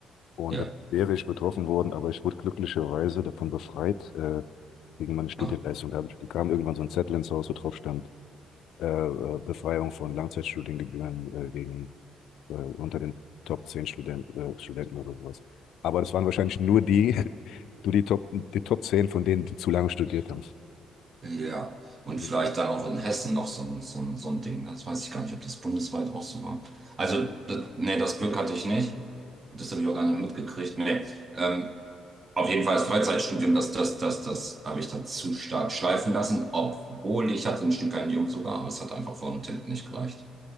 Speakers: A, on the left (about 75°); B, on the right (about 25°).
A: Und
B: ja.
A: da wäre ich betroffen worden, aber ich wurde glücklicherweise davon befreit, äh, wegen meiner Studienleistung.
B: ah,
A: Da hab ich, bekam irgendwann so ein Zettel ins Haus, wo drauf stand, äh, äh, Befreiung von Langzeitstudiengebühren äh, wegen äh, unter den Top 10 Studenten, äh, Studenten oder sowas. Aber das waren wahrscheinlich nur die, <laughs> nur die Top, die Top 10 von denen, die zu lange studiert haben.
B: Ja, und vielleicht
A: Ja.
B: dann auch in Hessen noch so ein, so ein, so ein Ding. Das weiß ich gar nicht, ob das bundesweit auch so war. Also, das, nee, das Glück hatte ich nicht. Das habe ich auch gar nicht mitgekriegt. Nee. Ähm, auf jeden Fall das Freizeitstudium, das, das, das, das habe ich dann zu stark schleifen lassen, obwohl ich hatte ein Stipendium sogar, aber es hat einfach vorne und hinten nicht gereicht.